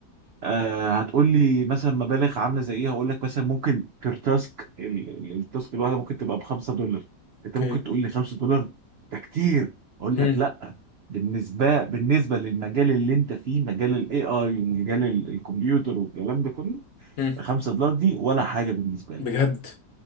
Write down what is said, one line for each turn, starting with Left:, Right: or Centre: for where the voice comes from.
Right: آه هتقول لي مثلا مبالغ عامله زي ايه هقول لك مثلا ممكن بير تاسك ال- ال- التاسك الواحده ممكن تبقى ب 5 دولار انت
Left: اوكي
Right: ممكن تقول لي 5 دولار ده كتير اقول
Left: مم.
Right: لك لا بالنسبه بالنسبه للمجال اللي انت فيه مجال الاي اي ومجال ال- الكمبيوتر والكلام ده كله
Left: مم.
Right: 5 دولار دي ولا حاجه بالنسبه لي
Left: بجد